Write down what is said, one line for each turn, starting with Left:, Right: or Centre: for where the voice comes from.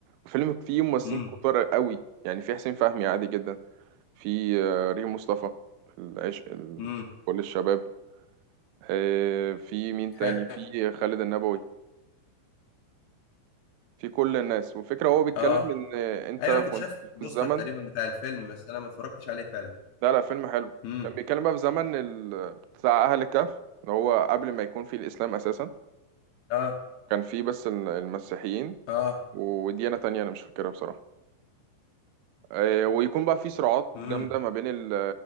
Right: الفيلم فيه ممثلين
Left: امم
Right: كتار قوي يعني في حسين فهمي عادي جدا في آه، ريم مصطفى العشق ال-
Left: امم
Right: كل الشباب آه، في مين تاني
Left: حلو
Right: في خالد النبوي في كل الناس والفكرة هو بيتكلم
Left: اه
Right: إن أنت
Left: ايوه انا كنت
Right: كنت
Left: شايف
Right: في
Left: البوستر
Right: الزمن
Left: تقريبا بتاع الفيلم بس انا ما اتفرجتش عليه فعلا
Right: لا لا فيلم حلو
Left: امم
Right: كان بيتكلم بقى في زمن ال... بتاع أهل الكهف اللي هو قبل ما يكون في الإسلام أساسا
Left: اه
Right: كان في بس ال- المسيحيين
Left: اه
Right: وديانة تانية أنا مش فاكرها بصراحة آه، ويكون بقى في صراعات
Left: امم
Right: جامدة ما بين ال...